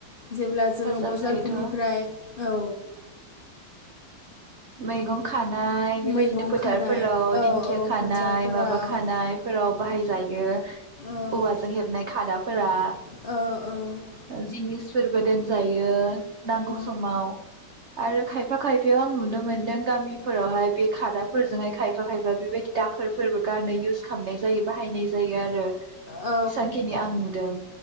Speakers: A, on the left (about 75°); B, on the right (about 85°).
A: जेब्ला
B: हेफाजाब
A: जोङो बजारफोरनिफ्राय
B: जायोथ'
A: औ
B: मैगं खा खानाय बेबायदिनो
A: मैगं
B: फोथारफोराव
A: खानाय औ
B: दिंखिया
A: औ
B: खानाय
A: फोथारफोराव
B: माबा खानायफोराव बाहाय जायो
A: औ
B: औवाजों हेबनाय खादाफोरा
A: औ औ
B: जिनिसफोरबो दोनजायो नांगौ
A: औ
B: समाव आरो खायफा खायफायाव आं नुनो मोनदों गामिफोरावहाय बे खादाफोरजोंहाय खायफा खायफा बेबायदि दाखोरफोरबो गारनो इउस खालामनाय जायो बाहायनाय जायो आरो जेसांखिनि
A: औ
B: आं नुदों